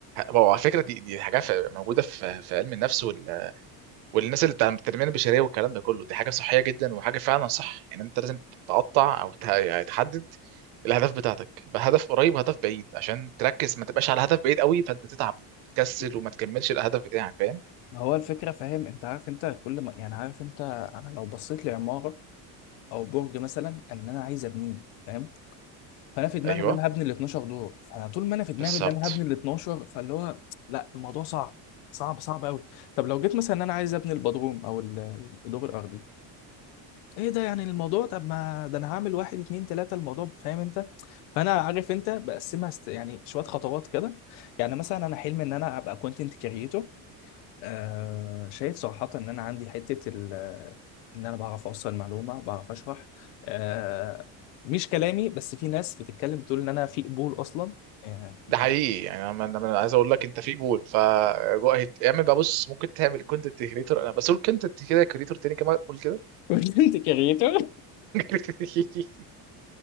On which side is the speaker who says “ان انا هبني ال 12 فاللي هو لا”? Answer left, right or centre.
Left